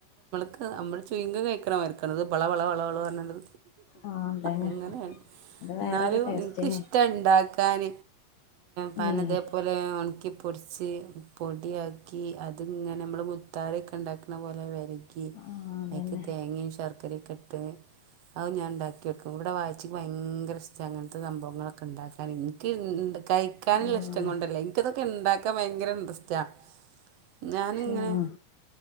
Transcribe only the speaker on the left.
ആഹ് അതന്നെ
അത് വേറൊരു
ടേസ്റ്റന്നെ
ഏഹ്
ആഹ് അതന്നെ
ഏഹ്
പക്ഷെ